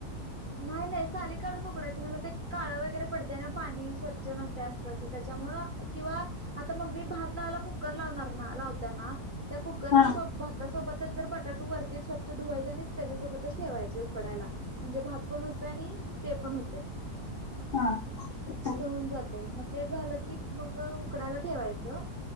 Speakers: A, on the right; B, on the left.
A: नाही नाही साली काढून उकडायच नाही. मग ते काळं वगैरे पडतय ना पाणी स्वच्छ नसतय अस तंस त्याच्यामुळे, किंवा आता मम्मी भात लावायला कुकर लावणार ना लावत्या ना त्या कुकरच्या
B: हा
A: सोब- सोबतच जर बटाटू वरती स्वच्छ धुवायचे आणि त्याच्यासोबतच ठेवायचे उकडयला म्हणजे भात -पण होतय आणि ते पण होतय.
B: हा चालतं
A: अस होऊन जातय. म ते झालं की मग उकडायला ठेवायचं